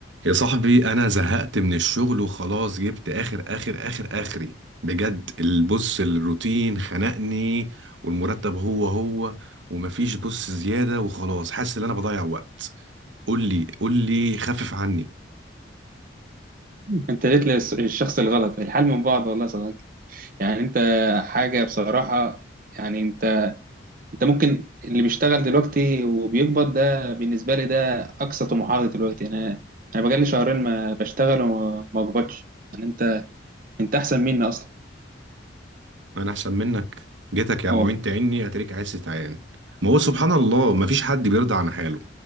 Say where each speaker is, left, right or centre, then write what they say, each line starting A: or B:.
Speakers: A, on the right; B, on the right.
A: يا صاحبي انا زهقت من الشغل وخلاص جبت اخر اخر اخر اخري بجد البص الروتين خنقني والمرتب هو هو ومفيش بص زيادة وخلاص حاسس ان انا بضيع وقت قول لي قول لي خفف عني
B: انت جيت للشخص الغلط الحال من بعض والله يا صديقي يعني انت حاجه بصراحه يعني انت انت ممكن اللي بيشتغل دلوقتي وبيقبض ده بالنسبه لي ده اقصى طموحاتي دلوقتي انا انا بقالي شهرين ما بشتغل وما بقبضش يعني انت انت احسن مني اصلا
A: انا احسن منك جيتك يا
B: اه
A: معين
B: والله
A: تعني اتريك عايز تتعين ما هو سبحان الله ما فيش حد بيرضى عن حاله